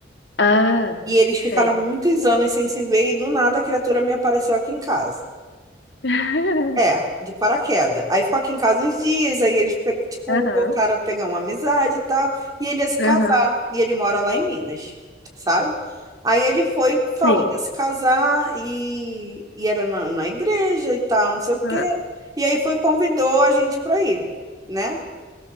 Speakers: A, on the left (about 70°); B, on the right (about 20°).
A: Ah,
B: E eles ficaram
A: sei.
B: muitos anos sem se ver e do nada a criatura me apareceu aqui em casa.
A: <laughs>
B: É, de paraquedas. Aí ficou aqui em casa uns dias, aí eles, pe- tipo,
A: Aham,
B: voltaram a pegar uma amizade e tal, e ele ia se casar,
A: aham,
B: e ele mora lá em Minas, sabe? Aí ele foi, falou
A: sei.
B: que ia se casar, e, e era na, na igreja e tal, não sei o quê,
A: Ah,
B: e aí foi, convidou a gente pra ir, né?